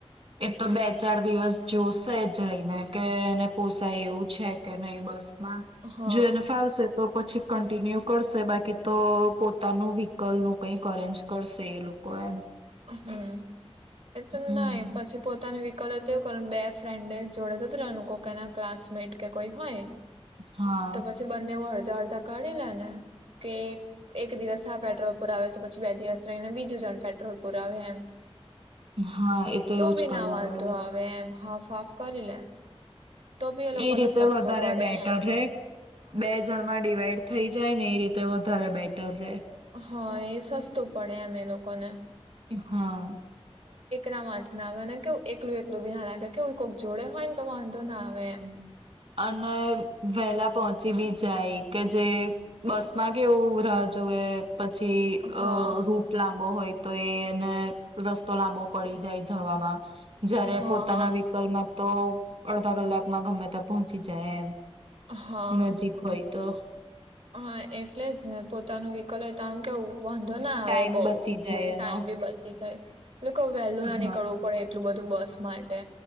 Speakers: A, on the right (about 70°); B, on the right (about 85°).
A: એ તો બે ચાર દિવસ જોશે જઈને કે એને પોસાય એવું છે કે નહી બસ
B: હા
A: જો એને ફાવશે તો પછી કન્ટિન્યુ કરશે બાકી તો પોતાનું વ્હીકલનું કંઈક અરેન્જ કરશે એ લોકો એમ
B: હમ્મ એ તો
A: હમ
B: નાય પછી પોતાની વ્હીકલ એવું તે એવુ કર બે ફ્રેન્ડે જોડે જતુ રેવાનુ કોકના ક્લાસમેટ કે કોઈ હોય
A: હા
B: તો પછી બંને વજ જો અડધા કાળી લેને કે એક દિવસ હા પેટ્રોલ પુરાવે તો પછી બે દિવસ રહીને બીજું જણ પેટ્રોલ પુરા એમ
A: હા એ
B: તો
A: એવું
B: ભી
A: જ
B: ના
A: કરવું
B: વાંધો
A: પડે
B: આવે એમ હાફ હાફ કરી લે તો બી લોકોને
A: એ રીતે
B: સસ્તું
A: વધારે
B: પડે
A: બેટર
B: એમ
A: રેય બે જણમાં ડીવાઈડ થઈ જાય ને એ રીતે વધારે બેટર રહે.
B: હા એ સસ્તું પડે એમ એ લોકોને.
A: હા.
B: ના માથે ના આવે અને કે એકલું એકલું બી લાગે કે એું કોઈક જોડે હોય ને તો વાંધો ના આવે એમ.
A: અને વહેલા પહોંચી બી જાય કે જે બસ માં કેવું રાહજુએ. પછી
B: હા
A: અ રૂટ લાંબો હોય. તો એને રસ્તો લાંબો પડી જાય જવામાં. જય્યારે
B: હા
A: પોતાના વિકલ્માં તો. અડધા કલાકમાં ગમે તેમ પહોચી જાય એમ.
B: હા
A: નજીક હોય તો
B: હા એટલે જ ને પોતાનું વિકલ હોય તો આમ કેવું વાંધો ના
A: ટાઈમ
B: આવે બઉુ
A: બચી જાય
B: ટાઈમ
A: એનો
B: બી બચી થાય વહેલું ના
A: હા
B: નીકળવું પડે એટલું બધું ું બસ માટે